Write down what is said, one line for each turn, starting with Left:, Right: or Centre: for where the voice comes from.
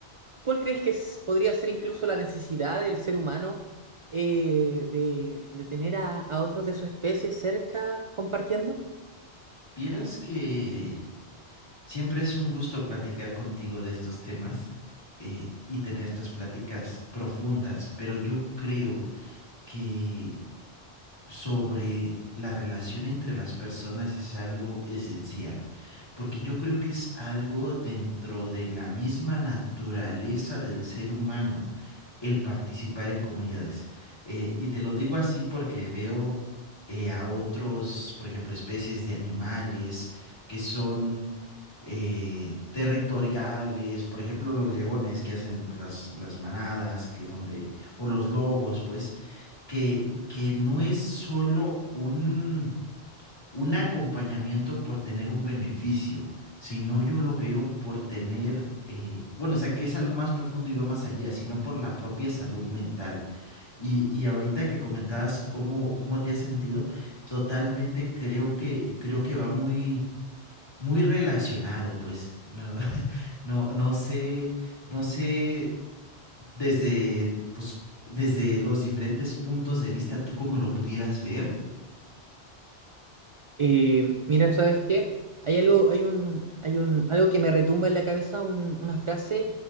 Right: ¿cuál crees que es- podría ser incluso la necesidad del ser humano eh, de, de tener a, a otros de su especie cerca compartiendo?
Left: Vieras que siempre es un gusto platicar contigo de estos temas eh, y tener estas pláticas profundas, pero yo creo que sobre la relación entre las personas es algo esencial, porque yo creo que es algo dentro de la misma naturaleza del ser humano el participar en comunidades. Eh, y te lo digo así porque veo eh, a otros, por ejemplo, especies de animales que son... eh, territoriales, por ejemplo, los leones que hacen pues, las, las manadas, que donde, o los lobos, pues, que, que no es solo un, un acompañamiento por tener un beneficio, sino yo lo veo por tener, eh, bueno, o sea, que es algo más profundo y va más allá, sino por la propia salud mental. Y, y ahorita que comentabas cómo, cómo te has sentido, totalmente creo que, creo que va muy, muy relacionado, pues, no, <laughs> no, no sé, no sé desde, pues, desde los diferentes puntos de vista, tú como lo pudieras ver.
Right: Y mira, ¿sabes qué? Hay algo, hay un, hay un, algo que me retumba en la cabeza, un- una frase